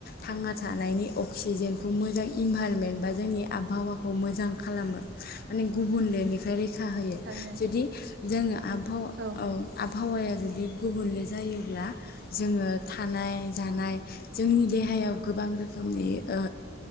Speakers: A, on the left; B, on the right.
A: थांना थानायनि अक्सिजेनखौ मोजां इनभाइरमेन्ट बा जोंनि आबहावाखौ मोजां खालामो। माने गुबुनलेनिफ्राय रैखा होयो
B: थारैनो नोंथां
A: जुदि जोङो आबहाव
B: औ
A: आव आबहावाया जुदि गुबुनले जायोब्ला जोङो थानाय जानाय जोंनि देहायाव गोबां रोखोमनि ओ